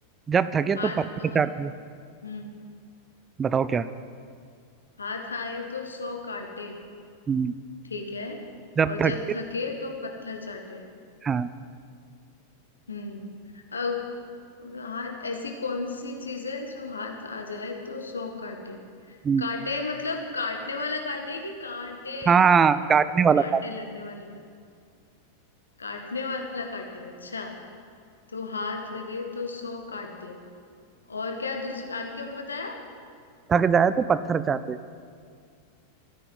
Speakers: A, on the right; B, on the left.
A: जब थके
B: हाथ
A: तो पत्थर
B: अ,
A: चाटे
B: हम्म
A: बताओ क्या
B: हाथ आए तो सौ काटे
A: हम्म,
B: ठीक है
A: जब
B: और
A: थके
B: जब थके तो पत्थर चाटे
A: हाँ
B: हम्म अब हाथ ऐसी कौन सी चीज है जो हाथ आ जाए तो सौ काटे
A: हम्म,
B: काटे मतलब काटने वाला काटे कि कांटे है
A: हाँ काटने
B: अ,
A: वाला
B: कांटे
A: था
B: लगने वाले काटे काटने वाला काटे अच्छा तो हाथ लगे तो सौ काट दे और क्या दूस- आगे क्या बताया
A: थक जाए तो पत्थर चाहते